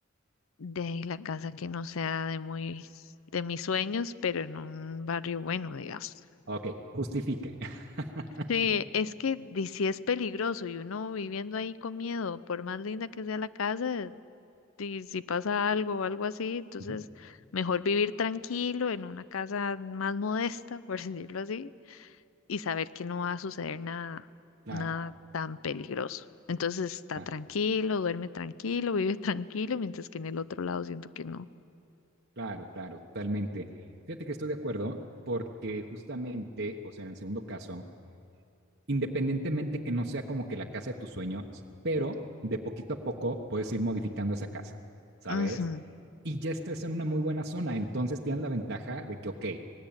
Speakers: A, on the left; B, on the right.
A: De ahí la casa que no sea de muy de mis sueños, pero en un barrio bueno, digamos.
B: Ok, justifique. <laughs>
A: Sí, es que di- sí es peligroso y uno viviendo ahí con miedo, por más linda que sea la casa, di- si pasa algo o algo así, entonces
B: Ujú,
A: mejor vivir tranquilo en una casa más modesta, por <laughs> decirlo así, y saber que no va a suceder nada,
B: claro,
A: nada tan peligroso. Entonces está
B: claro.
A: tranquilo, duerme tranquilo, <laughs> vive tranquilo, mientras que en el otro lado siento que no.
B: Claro, claro, totalmente. Fíjate que estoy de acuerdo porque justamente, o sea, en el segundo caso, independientemente que no sea como que la casa de tus sueños, pero de poquito a poco puedes ir modificando esa casa, ¿sabes?
A: Ujú,
B: Y ya estás en una muy buena zona, entonces tienes la ventaja de que, ok,